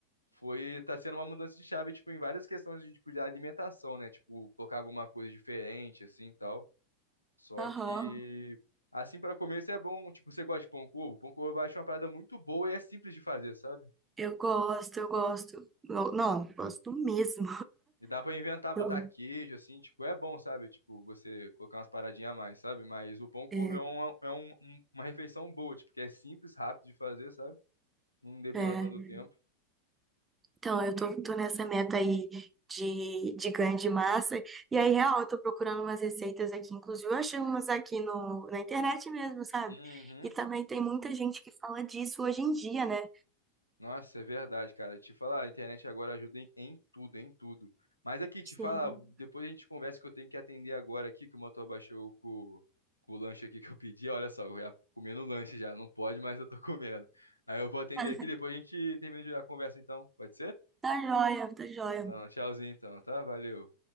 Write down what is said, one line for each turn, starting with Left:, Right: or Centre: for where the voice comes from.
Left: foi tá sendo uma mudança de chave, tipo, em várias questões de tipo de alimentação, né? Tipo, colocar alguma coisa diferente assim, e tal. Só
Right: Aham.
Left: que assim pra comer isso é bom, tipo, você gosta de pão com ovo? Pão com ovo eu acho uma parada muito boa e é simples de fazer, sabe?
Right: Eu gosto, eu gosto. Eu- Não,
Left: E
Right: eu gosto mesmo.
Left: e dá pra inventar, botar
Right: <laughs>
Left: queijo assim, tipo, é bom, sabe? Tipo, você colocar umas paradinhas a mais, sabe? Mas o pão com
Right: É,
Left: ovo é uma, é um- um- uma refeição boa, tipo, que é simples, rápido de fazer, sabe? Não demanda
Right: é.
Left: tanto tempo.
Right: Então, eu tô, tô nessa meta aí de, de ganho de massa. E aí, real, eu tô procurando umas receitas aqui. Inclusive, eu achei umas aqui no, na internet mesmo, sabe?
Left: Uhum.
Right: E também tem muita gente que fala disso hoje em dia, né?
Left: Nossa, é verdade, cara. Te falar, a internet agora ajuda em, em tudo, em tudo. Mas aqui, te
Right: Sim.
Left: falar, depois a gente conversa que eu tenho que atender agora aqui, que o motor baixou com, com o lanche aqui que eu pedi. Olha só, eu já comendo lanche já, não pode, mas eu tô comendo. Aí eu vou atender
Right: Mas
Left: aqui, depois a gente termina a conversa então, pode ser?
Right: Tá jóia, tá jóia.
Left: Não, tchauzinho então, tá? Valeu.